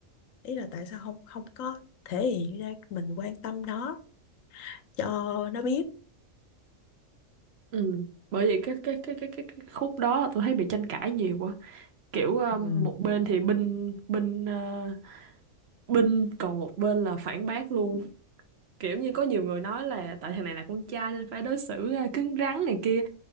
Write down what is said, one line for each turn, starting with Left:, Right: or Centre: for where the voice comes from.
Left: ý là tại sao không không có thể hiện ra mình quan tâm nó cho nó biết
Right: ừ bởi vậy cái cái cái cái cái, cái khúc đó tôi thấy bị tranh cãi nhiều quá kiểu ờ, một
Left: Ừ.
Right: bên thì binh binh ờ, binh còn một bên là phản bác luôn kiểu như có nhiều người nói là tại thằng này là con trai nên phải đối xử à, cứng rắn này kia